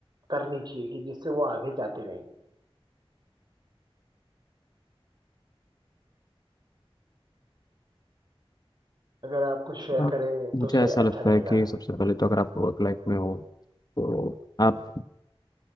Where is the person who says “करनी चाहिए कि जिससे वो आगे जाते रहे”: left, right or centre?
Right